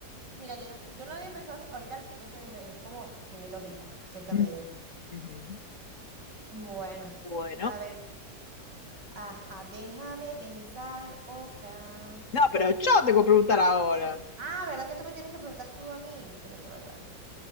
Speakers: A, on the right; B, on the left.
A: Mira, yo no, yo no había pensado así, ahorita lo estoy pensando y es como, tiene lógica, en cierta
B: Mm,
A: medida.
B: ujú.
A: Bueno,
B: Bueno,
A: a ver, ajá, déjame pensar otra.
B: no, pero yo tengo que preguntar ahora.
A: Ah, ¿verdad que tú me tienes que preguntar tú a mí? Qué loco, ¿verdad?